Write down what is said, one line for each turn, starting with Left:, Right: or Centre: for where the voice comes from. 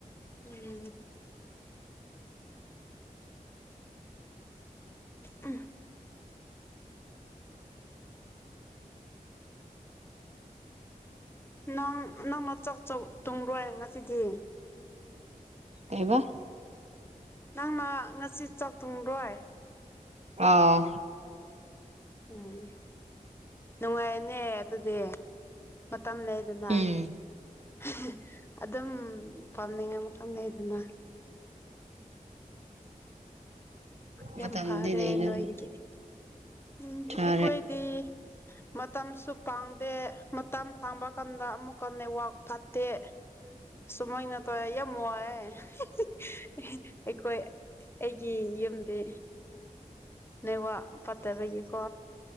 Left: ꯎꯝ ꯎꯝ ꯅꯪ ꯅꯪꯅ ꯆꯧ ꯆꯧ ꯇꯨꯡꯔꯣꯏ ꯉꯁꯤꯗꯤ
Right: ꯀꯩꯕ
Left: ꯅꯪꯅ ꯉꯁꯤ ꯆꯥꯛ ꯇꯨꯡꯔꯣꯏ
Right: ꯑꯥ
Left: ꯎꯝ ꯅꯨꯡꯉꯥꯏꯔꯦꯅꯦ ꯑꯗꯨꯗꯤ ꯃꯇꯝ ꯂꯩꯗꯅ
Right: ꯎꯝ
Left: <unintelligible> ꯑꯗꯨꯝ ꯄꯥꯝꯅꯤꯡꯉ ꯃꯐꯝ ꯂꯩꯗꯅ ꯌꯥꯝ
Right: ꯃꯇꯝꯗꯤ
Left: ꯐꯥꯔꯦ
Right: ꯂꯩꯔꯦ
Left: ꯅꯣꯏꯒꯤꯗꯤ
Right: ꯑꯗꯨꯝ
Left: ꯎꯝ
Right: ꯁꯥꯔꯦ
Left: ꯑꯩꯀꯣꯏꯗꯤ ꯃꯇꯝꯁꯨ ꯄꯥꯥꯡꯗꯦ ꯃꯇꯝ ꯐꯪꯕ ꯀꯥꯟꯗ ꯑꯃꯨꯛꯀ ꯅꯦꯠꯋꯥꯛ ꯐꯠ ꯇꯦ ꯁꯨꯃꯥꯏꯅ ꯇꯣꯋꯦ ꯌꯥꯝ ꯋꯥꯏꯌꯦ <unintelligible> <unintelligible> ꯑꯩꯈꯣꯏ ꯑꯩꯒꯤ ꯌꯨꯝꯗꯤ ꯅꯦꯋꯥꯥꯛ ꯐꯠꯇꯕꯒꯤꯀꯣ